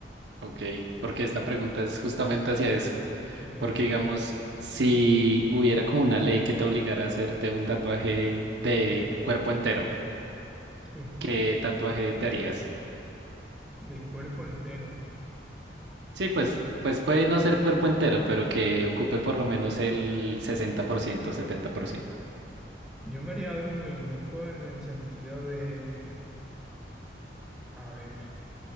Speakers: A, on the right; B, in the centre.
A: ok. Porque esta pregunta es justamente hacia eso.
B: Ok.
A: Porque digamos, si hubiera como una ley que te obligara a hacerte un tatuaje de cuerpo entero,
B: Uh,
A: ¿qué tatuaje te harías?
B: de cuerpo entero.
A: Sí, pues, pues puede no ser cuerpo entero, pero que ocupe por lo menos el sesenta por ciento, setenta por ciento.
B: Yo me haría algo muy loco en el sentido de... A ver.